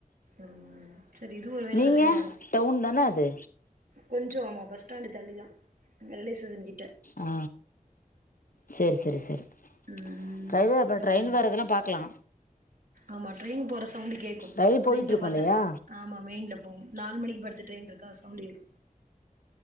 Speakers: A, on the right; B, on the left.
A: ம் சரி இதுவு ஒரு வகைல
B: நீங்க
A: நல்லதுதானே
B: டவுன் தானே அது
A: கொஞ்ச ஆமா பஸ் ஸ்டாண்டு தள்ளி தா <unintelligible> கிட்ட
B: ஆ செரி செரி செரி
A: ம்
B: ட்ரைவா அப்போ
A: அப்படி
B: ட்ரெயின் வரதெல்லா பாக்லா
A: ஆமா ட்ரெயின் போற சவுண்ட் கேக்கு
B: ரயில் போயிட்டுருக்கும்
A: நைட்ல பாத்தா
B: இல்லையா
A: ஆமா மெயின்ல போகு நாலு மணிக்கு பத்து ட்ரெயின் இருக்கா சவுண்ட் கேக்கு